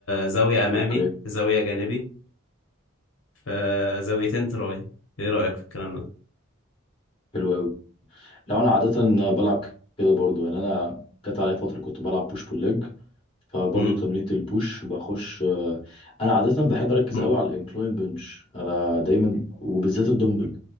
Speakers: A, on the left; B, on the left.
A: زاويه امامي
B: اوكي
A: في زاويه جانبي في زاويتين تراي ايه رايك في الكلام
B: حلو قوي لا انا عاده بلعب كده برضو يعني انا جت عليا فتره كنت بلعب بوش بول ليج فبرضو
A: ده
B: تمرينة البوش بخش آه، انا عاده بحب اركز
A: م-
B: قوي على الانكلاين بنش انا دايما وبالذات الدمبل